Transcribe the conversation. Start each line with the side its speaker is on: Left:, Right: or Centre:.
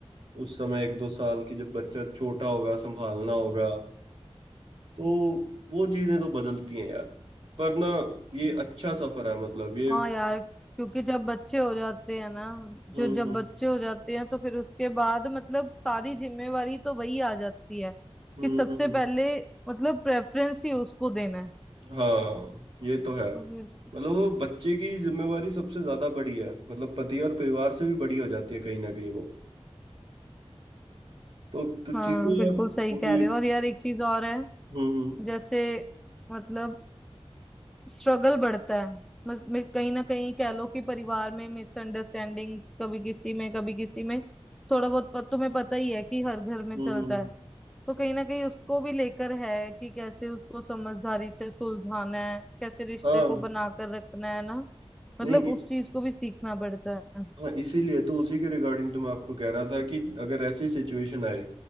Right: उस समय एक दो साल की जब बच्चा छोटा होगा संभालना होगा तो वो चीजें तो बदलती हैं यार पर ना ये अच्छा सफर है मतलब ये
Centre: हाँ यार क्योंकि जब बच्चे हो जाते हैं ना जो
Right: हम्म
Centre: जब बच्चे हो जाते हैं तो फिर उसके बाद मतलब सारी जिम्मेवारी तो वही आ जाती है
Right: हम्म
Centre: कि सबसे
Right: हम्म,
Centre: पहले मतलब प्रेफरेंस ही उसको देना है
Right: हाँ ये तो है
Centre: तो फिर
Right: मतलब वो बच्चे की जिम्मेवारी सबसे ज्यादा बड़ी है मतलब पति और परिवार से भी बड़ी हो जाती है कहीं ना कहीं वो तो तो
Centre: हाँ
Right: चीजें
Centre: बिल्कुल
Right: यार
Centre: सही
Right: थोड़ी
Centre: कह रहे हो और यार एक चीज और है
Right: हम्म हम्म
Centre: जैसे मतलब स्ट्रगल बढ़ता है बस मे- कहीं ना कहीं कह लो कि परिवार में मिसअंडरस्टैंडिंग्स कभी किसी में कभी किसी में थोड़ा बहुत प- तुम्हें पता ही है कि हर घर में
Right: हम्म,
Centre: चलता
Right: हम्म,
Centre: है तो कहीं ना कहीं उसको भी लेकर है कि कैसे उसको समझदारी से सुलझाना है कैसे रिश्ते
Right: हाँ
Centre: को बनाकर रखना है ना मतलब
Right: नहीं
Centre: उस चीज को भी सीखना पड़ता है
Right: हाँ इसीलिए तो उसी के रिगार्डिंग तो मैं आपको कह रहा था कि अगर ऐसी सिचुएशन आए